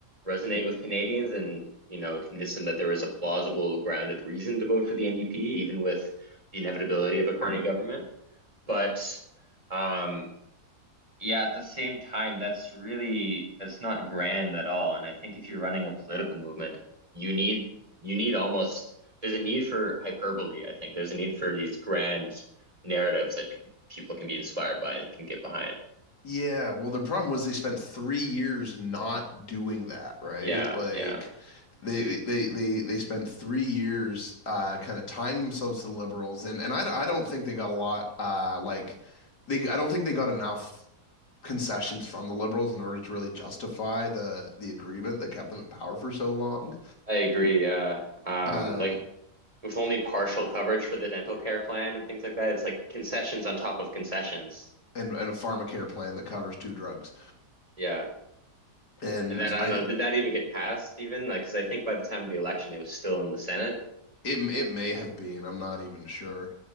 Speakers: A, on the right; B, on the left.
A: resonate with Canadians and you know convince them that there is a plausible, grounded reason to vote for the NDP, even with the inevitability of a Carney government. But um, yeah, at the same time, that's really that's not grand at all. And I think if you're running a political movement, you need you need almost there's a need for hyperbole, I think. There's a need for these grand narratives that pe- people can be inspired by and can get behind.
B: Yeah, well, the problem was they spent three years not doing that, right?
A: Yeah,
B: Like
A: yeah.
B: they they they they spent three years uh kind of tying themselves to the liberals and and I don't- I don't think they got a lot uh like they I don't think they got enough concessions from the liberals in order to really justify the the agreement that kept them in power for so long.
A: I agree. Yeah. Um,
B: Um
A: like with only partial coverage for the dental care plan and things like that, it's like concessions on top of concessions.
B: and and a pharmacare plan that covers two drugs.
A: Yeah.
B: And
A: And that I
B: I
A: don't know, did that even get passed even? Like, because I think by the time of the election, it was still in the Senate.
B: It it may have been. I'm not even sure.